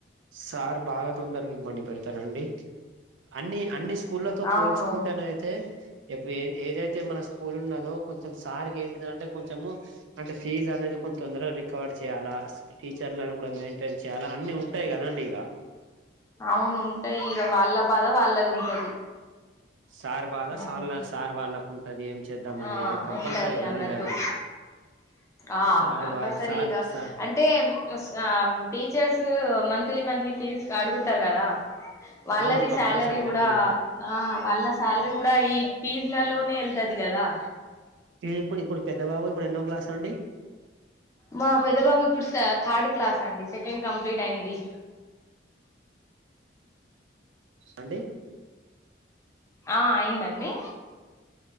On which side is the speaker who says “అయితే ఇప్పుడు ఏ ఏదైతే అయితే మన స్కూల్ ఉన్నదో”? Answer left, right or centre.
Right